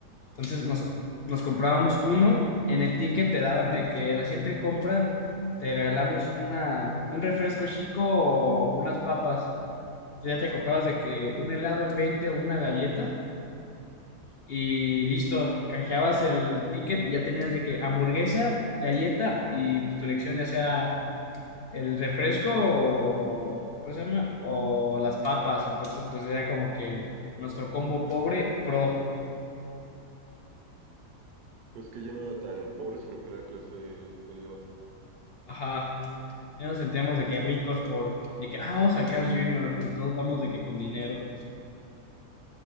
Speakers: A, on the left; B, on the right.
A: Entonces nos,
B: Ajá.
A: nos comprábamos uno. En el ticket te daban de que la siguiente compra te regalamos una, un refresco chico o unas papas. O ya te comprabas de que un helado en 20 o una galleta y listo, canjeabas el ticket y ya tenías de que hamburguesa, galleta y pues, tu elección, ya sea el refresco o, ¿cómo se llama? O las papas. Entonces, pues era como que nuestro combo pobre pro.
B: Es que ya no era tan pobre, sino que era clase media baja.
A: Ajá. Ya nos sentíamos de que ricos por, de que, ah, vamos al Carl Jr. y todos vamos de que con dinero.